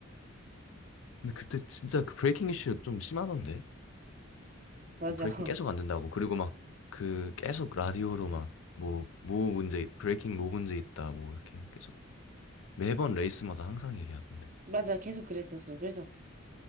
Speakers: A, on the left; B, on the right.
A: 근데 그때 진짜 그 브레이킹 이슈 좀 심하던데?
B: 맞아.
A: 뭐 브레이킹
B: <laughs>
A: 계속 안 된다고. 그리고 막 그 계속 라디오로 막 뭐, 뭐 문제, 브레이킹 뭐 문제 있다. 뭐 이렇게 계속 매번 레이스마다 항상 얘기하던데.
B: 맞아. 계속 그랬었어. 그래서,